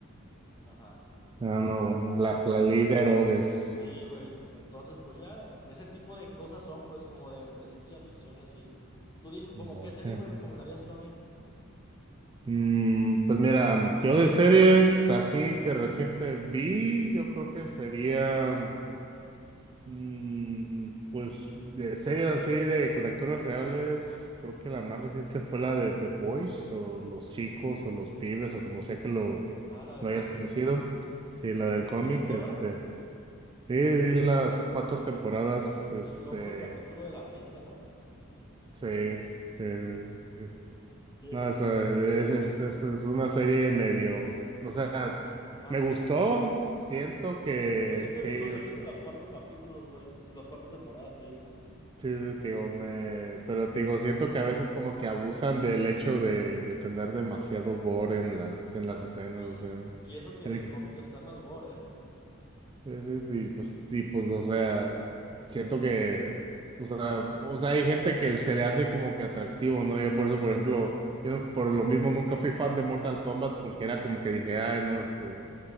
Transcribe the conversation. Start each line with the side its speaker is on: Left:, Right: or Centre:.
Left: Ajá.
Right: Ah,
Left: Eh,
Right: no, bueno. La,
Left: ah,
Right: la ley de Herodes.
Left: sí, güey. Entonces, pues ya, ese tipo de cosas son, pues, como de entre ciencia ficción y así. Tú dime, ¿como
Right: Bestia.
Left: qué serie me recomendarías tú a mí?
Right: Mm, pues mira, yo de series así que reciente vi, yo creo que sería. Mm, pues de series así de con actores reales, creo que la más reciente fue la de The Boys o Los Chicos o Los Pibes o como sea que lo,
Left: Ah, la del
Right: lo hayas
Left: cómic.
Right: conocido.
Left: Ujú.
Right: Sí, la del cómic,
Left: ¿La viste toda?
Right: este, sí, vi las cuatro temporadas, este,
Left: Está bien loco el capítulo de la fiesta, ¿no?
Right: sí, sí, es-
Left: Que
Right: no, esa es, es, es, es una serie medio, o sea,
Left: nasty.
Right: me gustó, siento que
Left: Pues sí te
Right: sí,
Left: gustó, sí viste los cuatro capítulos, güey. Las cuatro temporadas que digan.
Right: Sí, sí, sí, te digo, me... pero te digo, siento que a veces como que abusan del hecho de, de tener demasiado gore en las, en las escenas,
Left: Es-
Right: o sea,
Left: Y y eso que
Right: en
Left: el
Right: el que-
Left: cómic está más gore, ¿eh?
Right: sí, sí, y pues sí, pues, o sea, siento que, o sea, o sea, hay gente que se le hace como que atractivo, ¿no? Yo por eso, por ejemplo, yo no- por lo mismo nunca fui fan de Mortal Kombat porque era como que dije, ay, no sé.